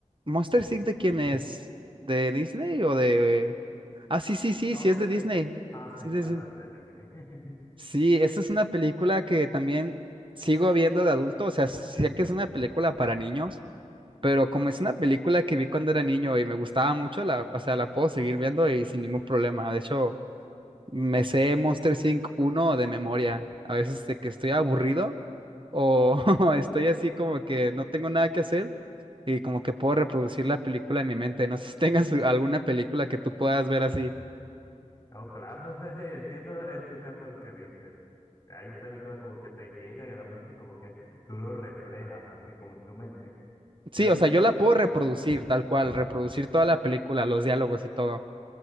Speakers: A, on the right; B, on the left.
A: ¿Monster Inc. de quién es? ¿De Disney o de...? Ah, sí, sí, sí,
B: Oh,
A: sí
B: sí,
A: es de
B: sí.
A: Disney.
B: Ah, sí,
A: Sí,
B: claro,
A: sí, sí.
B: es de Disney. <laughs>
A: Sí, esa es una película que también sigo viendo de adulto. O sea, sé que es una película para niños, pero como es una película que vi cuando era niño y me gustaba mucho, la, o sea, la puedo seguir viendo y sin ningún problema. De hecho, me sé Monster Inc. uno de memoria. A veces de que estoy aburrido o <laughs> estoy así como que no tengo nada que hacer y como que puedo reproducir la película en mi mente. No sé si tengas <laughs> alguna película que tú puedas ver así.
B: Oh, claro, <laughs> entiendo en tu caso lo que dices. Hay películas como que te llegan a la mente y como que tú lo reflejas así como en tu mente.
A: Sí,
B: Yo diría
A: o sea, yo la
B: que,
A: puedo reproducir tal cual, reproducir toda la película, los diálogos y todo.